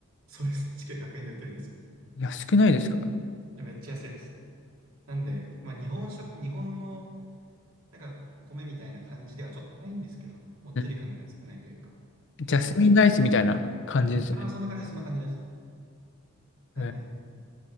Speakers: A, on the right (about 70°); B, on the left (about 55°).
A: そうです。1キロ100円で売ってるんですよ。い
B: 安くないですか
A: やめっちゃ安いです。なんで、まあ日本食、日本のなんか米みたいな感じではちょっとないんですけど、もっちり感が少ないというか。
B: うんジャスミンライスみたいな感じですよね。
A: でも、ああ、そんな感じです、そんな感じです。なんで、
B: えー